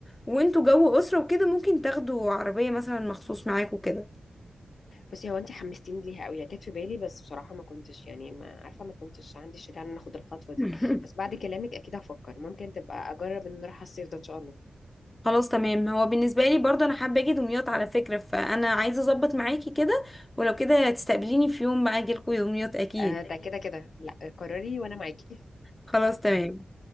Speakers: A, on the left (about 15°); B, on the left (about 65°).
A: وانتوا جو اسرة وكده ممكن تاخدوا عربية مثلا مخصوص معاكوا كده
B: بصي هو انت حمستيني ليها قوي هي كانت في بالي بس بصراحه ما كنتش يعني ما عارفه ما كنتش عندي الشجاعه ان انا اخد الخطوه دي
A: <laughs>
B: بس بعد كلامك اكيد هفكر ممكن تبقى اجرب ان نروح على الصيف ده ان شاء الله
A: خلاص تمام هو بالنسبة لي برضه أنا حابة أجي دمياط على فكرة فأنا عايزة أظبط معاكي كده ولو كده تستقبليني في يوم بقى أجيلكوا دمياط أكيد
B: آه ده كده كده لا قرري وانا معاكي
A: خلاص تمام